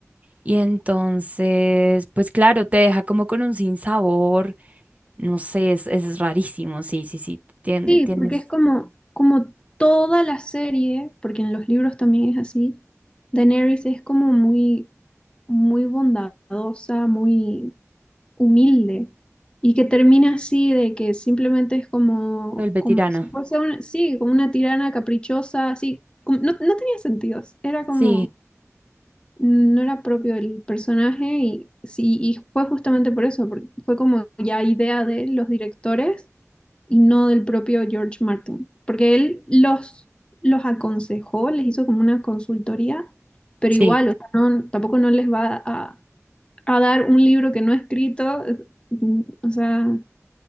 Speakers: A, on the right; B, on the left.
A: y entonces, pues claro, te deja como con un sinsabor, no sé, es, es rarísimo, sí, sí, sí, tiene,
B: Sí,
A: tienes,
B: porque es como, como toda la serie, porque en los libros también es así, Daenerys es como muy, muy bondadosa, muy humilde y que termina así de que simplemente es como,
A: vuelve
B: como
A: tirana.
B: si fuese un, sí, como una tirana caprichosa, así, como- no, no tenía sentidos, era como,
A: Sí,
B: no era propio el personaje y, sí, y fue justamente por eso, porque fue como ya idea de los directores y no del propio George Martin, porque él los, los aconsejó, les hizo como una consultoría, pero
A: sí,
B: igual, o sea, no- tampoco no les va a a dar un libro que no he escrito, mm, o sea,